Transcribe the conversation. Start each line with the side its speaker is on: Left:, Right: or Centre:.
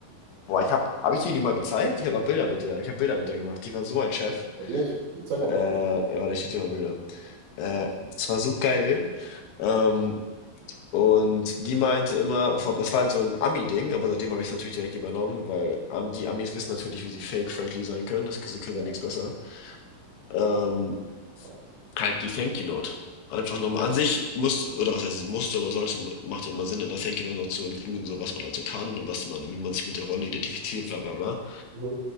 Left: Boah, ich hab, hab ich dir die mal gezeigt? Ich hab auch Bilder mit der. Ich hab Bilder mit der gemacht. Die war so ein Chef.
Right: Warum nicht? Sag mal.
Left: Äh, warte, ich schick dir mal Bilder. Äh, das war so geil. Ähm, und die meinte immer, vom, das war halt so ein Ami-Ding, aber seitdem habe ich es natürlich direkt übernommen, weil Am- die Amis wissen natürlich, wie sie fake-friendly sein können, das, sie können
Right: Ja.
Left: ja nichts besser. Ähm,
Right: Ja.
Left: halt die Thank You Note. Einfach nochmal an sich muss, oder was heißt, musste oder sollte, macht ja immer Sinn, in der Thank You Note noch zu inkluden, so was man also kann und was man, wie man sich mit der Rolle identifiziert, bla bla bla.
Right: Mhm.